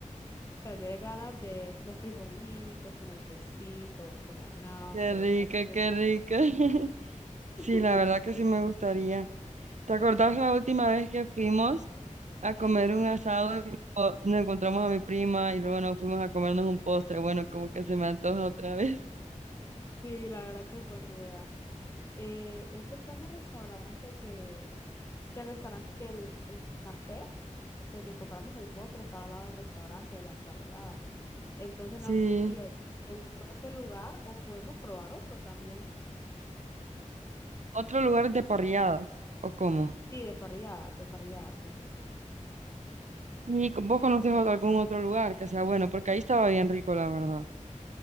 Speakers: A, on the left (about 20°); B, on the right (about 65°).
A: te dé ganas de los frijolitos con el quesito, un buen anafre,
B: Qué rico,
A: así es.
B: qué rico. <laughs> Sí,
A: <laughs>
B: la verdad que sí me gustaría. ¿Te acordás la última vez que fuimos a comer un asado y luego nos encontramos a mi prima y luego nos fuimos a comernos un postre? Bueno, como que se me antoja otra vez. <laughs>
A: Sí, la verdad que es buena idea. Eh, ese fue en el restaurante que, que el restaurante, que el, el café donde compramos el postre estaba al lado del restaurante de las parrilladas Entonces
B: Sí.
A: no sé si eh, te gustó ese lugar o podemos probar otro también.
B: ¿Otro lugar de parrilladas o cómo?
A: Sí, de parrillada, de parrillada siempre.
B: ¿Y co- vos conoces algún otro lugar que sea bueno? Porque ahí estaba bien rico, la verdad.